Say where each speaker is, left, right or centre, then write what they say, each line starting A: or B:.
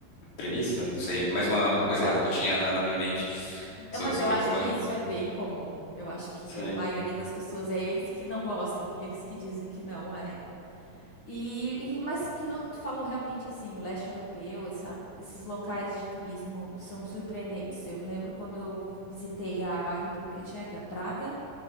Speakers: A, on the left; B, on the left.
A: Premissa? Não sei, mais uma coisa errada que eu tinha na, na minha mente
B: É,
A: so-
B: mas
A: sobre
B: eu acho
A: a Polônia.
B: que isso é bem comum. Eu acho que
A: Sim.
B: a maioria das pessoas é eles que não gostam, eles que dizem que não é. E, e- mas que eu- tu falou realmente assim, o leste europeu, essa- esses locais de turismo são surpreendentes. Eu lembro quando eu visitei a República Tcheca, Praga,